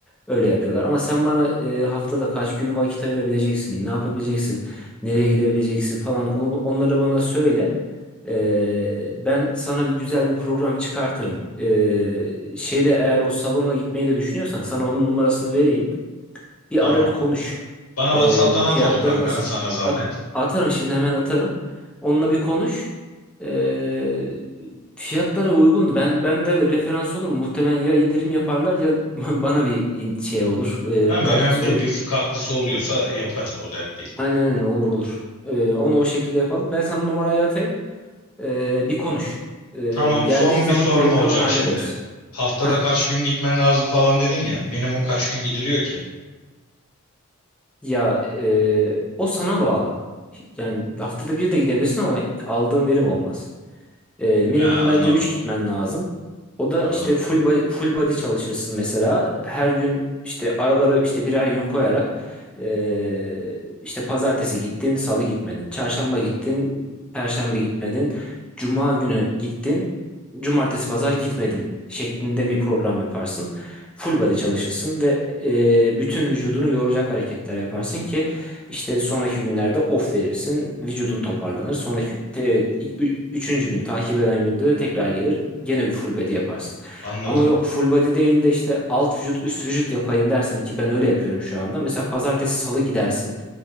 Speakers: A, in the centre; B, on the left (about 75°).
A: Öyle yapıyorlar. Ama sen bana e, haftada kaç gün vakit ayırabileceksin, ne yapabileceksin, nereye gidebileceksin falan onu, onları bana söyle. E, ben sana bir güzel bir program çıkartırım. E, şeyde eğer o salona gitmeyi de düşünüyorsan sana onun numarasını vereyim. Bir
B: Tamam.
A: ara bir konuş.
B: Bana
A: Ee,
B: WhatsApp'tan
A: fiyatları
B: at onu kanka
A: nasıl?
B: sana zahmet.
A: At- atarım şimdi hemen atarım. Onunla bir konuş. Ee, fiyatlara uygundu. Ben bende de referans olur mu? Muhtemelen ya indirim yaparlar ya <laughs> bana bir in- şey olur,
B: Tamam
A: e, katkısı
B: önemli değil.
A: olur.
B: Bir katkısı oluyorsa yaparız o dert değil.
A: Aynen öyle olur olur. Ee, onu o şekilde yapalım. Ben sana numarayı atayım. Ee, bir konuş. Ee,
B: Tamam
A: geldiğin
B: son
A: zaman
B: bir sorum
A: da geri
B: olacak
A: kalanı hallederiz.
B: şimdi. Haftada
A: Heh.
B: kaç gün gitmen lazım falan dedin ya. Minimum kaç gün gidiliyor ki?
A: Ya e, o sana bağlı. Yani haftada bir de gidebilirsin ama aldığın verim olmaz. Ee, minimum
B: He anladım.
A: bence 3 gitmen lazım. O da
B: Anladım.
A: işte full body, full body çalışırsın mesela. Her gün işte aralara işte birer gün koyarak ee, işte pazartesi gittin, salı gitmedin, çarşamba gittin, perşembe gitmedin, cuma günü gittin, cumartesi pazar gitmedin şeklinde bir program yaparsın. Full body çalışırsın ve ee, bütün vücudunu yoracak hareketler yaparsın ki işte sonraki günlerde off verirsin. Vücudun toparlanır. Sonraki te- ü- üçüncü gün takip eden günde de tekrar gelir. Gene bir full body yaparsın.
B: Anladım.
A: Ama yok full body değil de işte alt vücut üst vücut yapayım dersen ki ben öyle yapıyorum şu anda. Mesela pazartesi salı gidersin.